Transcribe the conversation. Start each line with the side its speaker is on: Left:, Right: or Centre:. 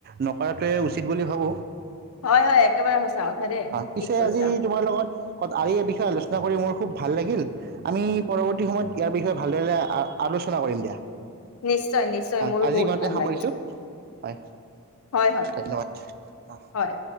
Right: নকৰাটোৱে উচিত বুলি ভাবো
Left: হয় হয় একেবাৰে সঁচা কথা দেই
Right: পিছে
Left: ঠিক কৈছা
Right: আজি তোমাৰ লগত আ আজি এই বিষয়ে আলোচনা কৰি মোৰ খুব ভাল লাগিল আমি পৰৱৰ্তী সময়ত ইয়াৰ বিষয়ে ভালদৰে আ আলোচনা সোচনা কৰিম দিয়া।
Left: নিশ্চয় - নিশ্চয়
Right: হয়
Left: মোৰ
Right: আজি
Left: বহুত
Right: ইমানতে
Left: ভাল
Right: সামৰিছোঁ
Left: লাগিল।
Right: হয়
Left: হয় হয়
Right: ধন্যবাদ অ,
Left: হয়